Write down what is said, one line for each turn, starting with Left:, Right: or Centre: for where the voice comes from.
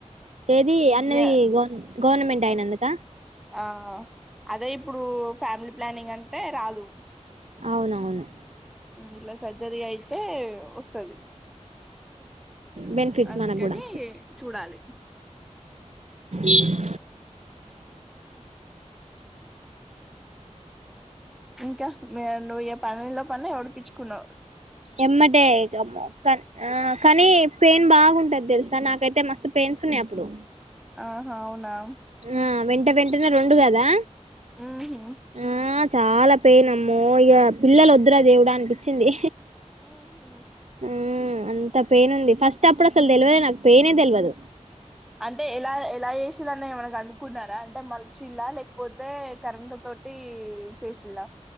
Right: ఏది అన్నది
Centre: ఇగ
Right: ఒక్ గవర్నమెంట్ అయినందుక
Centre: ఆ అదే ఇప్పుడు ఫ్యామిలీ ప్లానింగ్ అంటే రాదు
Right: అవునవును
Centre: ఇట్లా సర్జరీ అయితే వస్తది
Right: బెనిఫిట్స్
Centre: అందుకని
Right: మనకు కూడా
Centre: చూడాలి
Right: ఈ <unintelligible>
Centre: ఇంకా నువ్వుఏ పన్నులో పన్ను ఎవడికిచ్చుకున్నావ్
Right: ఎమ్మటే ఇక కా ఆ కానీ పెయిన్ బాగుంటది తెలుసు నాకైతే మస్తు పెయిన్స్ ఉన్నాయి అప్పుడు
Centre: ఆహ అవునా
Right: ఆ వెంట వెంటనే రెండు కదా
Centre: ఆహ
Right: ఆ చాలా పెయిన్ అమ్మో ఇక పిల్లలు వద్దురా దేవుడా అనిపించింది
Centre: ఉహు
Right: మ్మ్ అంత పెయిన్ ఉంది ఫస్ట్ అప్పుడు అసలు తెలవద్ నాక్ పెయినే తెలవదు
Centre: అంటే ఎలా ఎలా చేసిండ్రు అని ఏమన్నా కనుకున్నారా అంటే మన్చుల లేకపోతే కరెంట్ తోటి చేసిల్ల